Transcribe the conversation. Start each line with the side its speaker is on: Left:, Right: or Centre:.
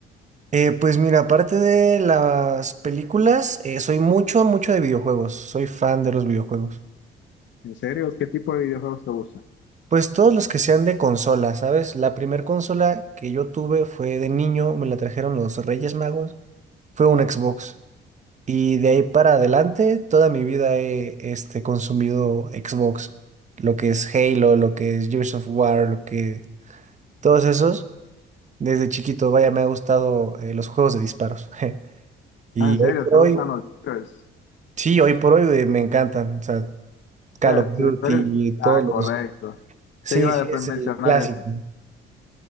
Right: Eh, pues mira, aparte de las películas, eh, soy mucho, mucho de videojuegos. Soy fan de los videojuegos.
Left: ¿En serio? ¿Qué tipo de videojuegos te gustan?
Right: Pues todos los que sean de consola, ¿sabes? La primer consola que yo tuve fue de niño, me la trajeron los Reyes Magos, fue un Xbox. Y de ahí para adelante, toda mi vida he este, consumido Xbox. Lo que es Halo, lo que es Gears of War, lo que... Todos esos. Desde chiquito, vaya, me ha gustado eh, los juegos de disparos. <laughs> Y
Left: Ah, ¿en serio?
Right: hoy por
Left: ¿Te gustan
Right: hoy,
Left: los shooters?
Right: sí, hoy por hoy eh, me encantan. O sea, Call
Left: O sea,
Right: of Duty,
Left: te- tú eres-
Right: todos
Left: Ah,
Right: los.
Left: correcto.
Right: Sí,
Left: Te iba
Right: sí,
Left: a de-
Right: es
Left: mencionar
Right: el clásico.
Left: eso.